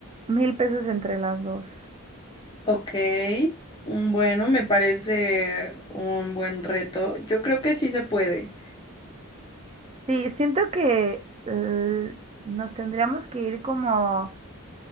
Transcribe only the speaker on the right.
Mil pesos entre las dos.
Sí, siento que eh, nos tendríamos que ir como